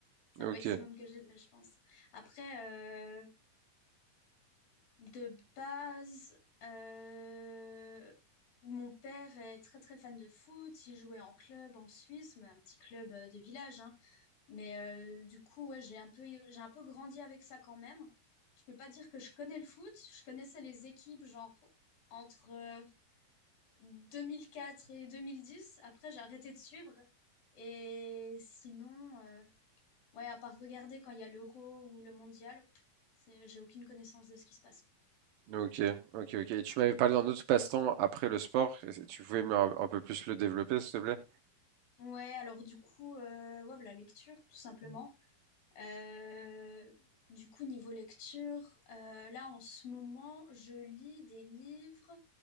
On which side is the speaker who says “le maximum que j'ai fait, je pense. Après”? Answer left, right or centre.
Left